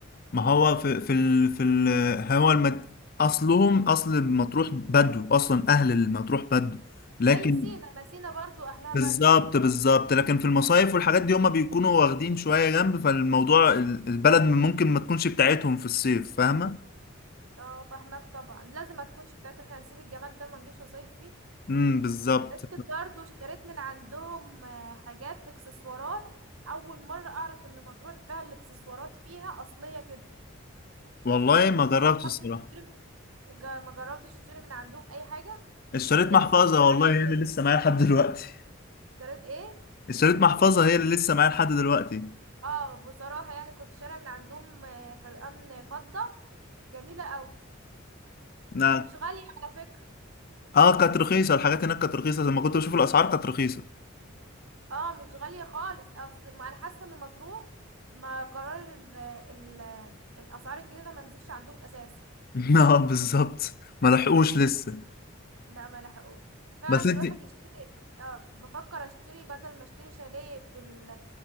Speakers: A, on the left (about 45°); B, on the right (about 85°).
A: ما هو في في ال... في ال... هو المد... اصلهم اصل مطروح بدو اصلا اهل المطروح بدو لكن
B: زي سينا ما سينا برضو أهلها
A: بالظبط
B: بدو
A: بالظبط لكن في المصايف والحاجات دي هما بيكونوا واخدين شوية جنب فالموضوع ال- البلد ممكن ما تكونش بتاعتهم في الصيف فاهمة
B: اه فاهمك طبعا لازم ما تكونش بتاعتهم احنا هنسيب الجمال ده ما نجيش نصيف فيه
A: امم بالظبط
B: اسكت برضو اشتريت من عندهم آه، حاجات اكسسوارات اول مرة اعرف ان مطروح فيها الاكسسوارات فيها اصلية كده
A: والله ما جربتش الصراحة
B: تشتري- جا- ما جربتش تشتري من عندهم اي حاجة
A: اشتريت
B: لبس
A: محفظة
B: المعادن
A: والله هي اللي لسه معايا لحد دلوقتي
B: اشتريت ايه
A: اشتريت محفظة هي اللي لسه معايا لحد دلوقتي
B: اه بصراحة يعني كنت شارية من عندهم آه، حلقان فضة جميلة قوي
A: نعم
B: ومش غالية على فكرة
A: اه كانت رخيصة الحاجات هناك كانت رخيصة لما كنت بشوف الأسعار كانت رخيصة
B: اه مش غالية خالص اصل ما انا حاسة ان مطروح ما قرار ال ال الاسعار الجديدة ما نزلش عندهم اساسا
A: <laughs> اه بالظبط ما لحقوش
B: بس-
A: لسه
B: لا ما لحقوش فعلا
A: بس انت
B: الواحد يشتري اه بفكر اشتري بدل ما اشتري شاليه في ال